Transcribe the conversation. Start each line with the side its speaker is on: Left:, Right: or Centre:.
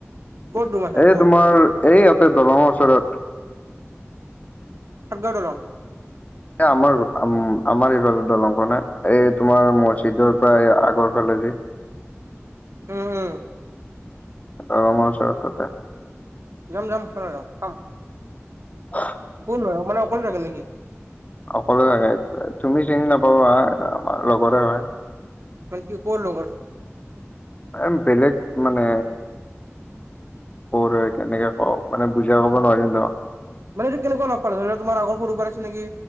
Right: ক'ত ৰুম আছে
Left: এই
Right: ক'ত?
Left: তোমাৰ এই তোমাৰ ইয়াতে দলঙৰ ওচৰত।
Right: কোনটো দলং?
Left: এ আমাৰ আমাৰ এইফালে দলং খন এ এই তোমাৰ মছজিদৰ <unintelligible> আগৰ ফালে যি।
Right: উম উম
Left: দলংৰ ওচৰত তাতে।
Right: যাম যাম কিয় নাযাম খাম।
Left: <unintelligible>
Right: কোন হয় মানে অকলে থাকে নেকি?
Left: অকলে থাকে তুমি চিনি নাপাবা আমাৰ লগৰে হয়।
Right: মানে কি কোৰ লগৰ?
Left: উম বেলেগ মানে। কৰ হয় কেনেকে কওঁ মানে বুজাই কব নোৱাৰিম ন।
Right: মানে এইটো কেনেকুৱা লগ পালা ধৰি লোৱা তোমাৰ আগৰ সৰুৰ পৰা চিনাকি